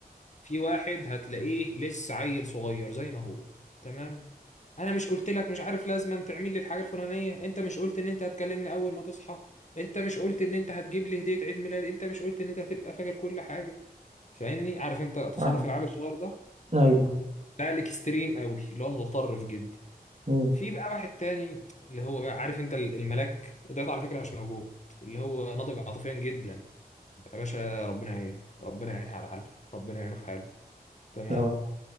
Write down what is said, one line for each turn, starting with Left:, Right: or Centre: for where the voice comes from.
Left: في واحد هتلاقيه لسه عيل صغير زي ما هو تمام انا مش قلت لك مش عارف لازم تعمل لي الحاجه الفلانيه انت مش قلت ان انت هتكلمني اول ما تصحى انت مش قلت ان انت هتجيب لي هديه عيد ميلاد انت مش قلت ان انت هتبقى فاكر كل حاجه فاهمني عارف انت تصرف
Right: فاهم
Left: العيال الصغير ده
Right: ايوه
Left: ده الاكستريم قوي اللي هو المتطرف جدا
Right: امم
Left: في بقى واحد تاني اللي هو بقى عارف انت الملاك وده على فكره مش موجود اللي هو ناضج عاطفيا جدا يا باشا ربنا يعينه ربنا يعينها على حاله ربنا يعينه في حاله تمام
Right: اه